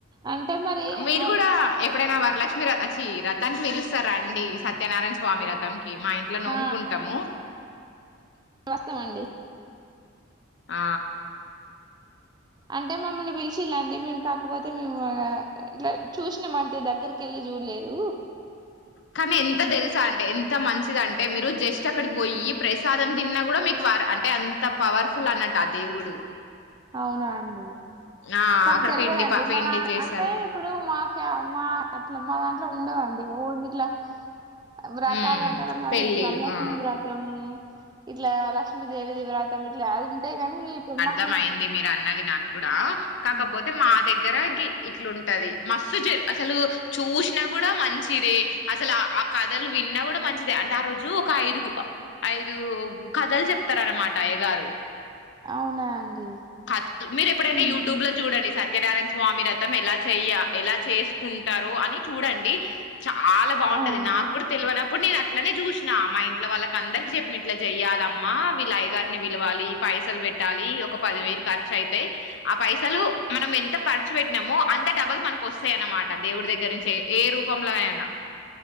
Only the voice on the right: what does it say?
అంటే మరి
ఆ
ఆ వస్తామండి
అంటే మమ్మల్ని పిలిచిల్ండి మేము కాకపోతే మేము ఇట్లా చూసినా మ అంతే దగ్గరికి వెళ్ళి క్యూ లేదు.
అవునా అండి?
మాకు
తెల్వదండి?
మా
అంటే. ఇప్పుడు, మాక క్యా మాక అట్లా, మా దాంట్లో ఉండదండి ఏమోన్డిట్లా? వ్రతాలు
అంటే, వరల
వరలక్ష్మి
వ్రతం. ఇట్లా, లక్ష్మీదేవి ధీ వ్రతం. ఇట్లా యాద్ కుంటే కాని, పోమ్మ.
హ్మ్.
అవునా అండి
హ్మ్.
అవునా